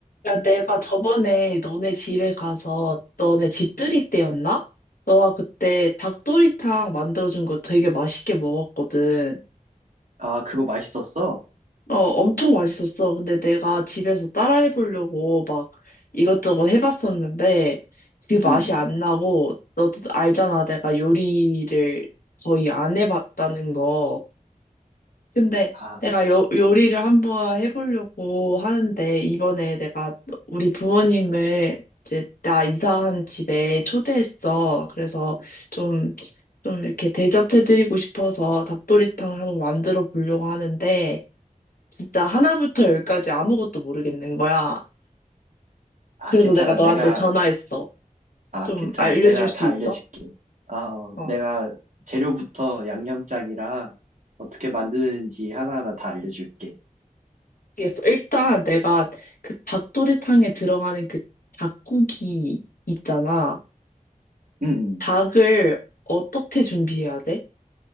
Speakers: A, on the left; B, on the right.
A: 야, 내가 저번에 너네 집에 가서 너네 집들이 때였나? 너가 그때 닭도리탕 만들어준 거 되게 맛있게 먹었거든.
B: 아, 그거 맛있었어?
A: 어, 엄청 맛있었어. 근데 내가 집에서 따라해보려고 막 이것저것 해봤었는데 그 맛이
B: 응.
A: 안 나고 너도 알잖아. 내가 요리를 거의 안 해봤다는 거. 근데
B: 아,
A: 내가
B: 그치.
A: 요, 요리를 한번 해보려고 하는데, 이번에 내가 우리 부모님을 이제 나 이사한 집에 초대했어. 그래서 좀, 좀 이렇게 대접해드리고 싶어서 닭도리탕을 한번 만들어 보려고 하는데, 진짜 하나부터 열까지 아무것도 모르겠는 거야.
B: 아,
A: 그래서
B: 괜찮아.
A: 내가 너한테
B: 내가,
A: 전화했어.
B: 아,
A: 좀
B: 괜찮아.
A: 알려줄
B: 내가
A: 수
B: 다
A: 있어?
B: 알려줄게. 아,
A: 어.
B: 내가 재료부터 양념장이랑 어떻게 만드는지 하나하나 다 알려줄게.
A: 그 일단 내가 그 닭도리탕에 들어가는 그 닭고기 있잖아.
B: 응, 응.
A: 닭을 어떻게 준비해야 돼?